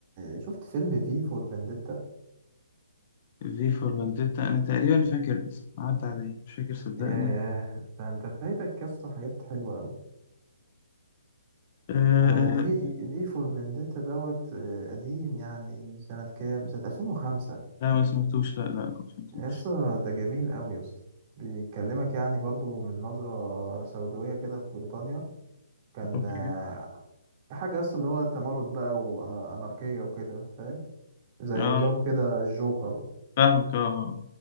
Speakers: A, on the right (about 30°); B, on the left (about 35°).
A: شفت فيلم في فور فينديتا
B: في فور فانديتا انا تقريبا فاكر الاسم عدى عليا مش فاكر صدقني
A: ياه ده انت فايتك يسطا حاجات حلوة أوي
B: آه آه
A: يعني هو في
B: آه.
A: في فور فينديتا دوت آه، قديم يعني سنة كام؟ سنة 2005
B: لا ما سمعتوش لا لا لا ما سمعتوش
A: يا اسطى ده جميل قوي يا اسطى بيكلمك يعني برضو من نظرة سوداوية كده في بريطانيا كان
B: اوكي
A: آه، حاجة أصلا اللي هو تمرد بقى وأناركية وكده فاهم زي
B: اه
A: نظام كده الجوكر
B: فاهمك اه آه.